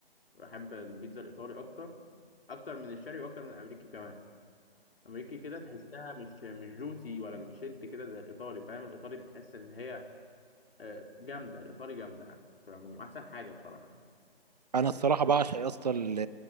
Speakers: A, on the left; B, on the right.
A: بحب البيتزا الإيطالي أكتر أكتر من الشرقي وأكتر من الأمريكي كمان الأمريكي كده تحسها مش مش جوسي ولا بتشد كده زي الإيطالي فاهم الإيطالي بتحس إن هي آه، جامدة الإيطالي جامدة يعني في العموم أحسن حاجة بصراحة
B: انا الصراحه بعشق يا اسطى ال-